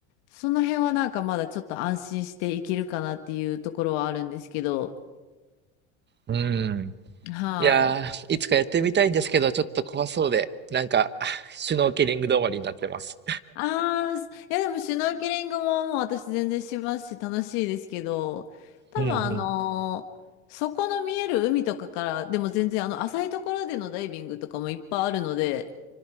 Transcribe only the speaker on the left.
その辺はなんかまだちょっと安心していけるかなっていうところはあるんですけど。
はい。
ああ、すいやでもシュノーケリングももう私全然しますし楽しいですけど、多分あのーそこの見える海とかから、
でも全然あの浅いところでのダイビングとかもいっぱいあるので、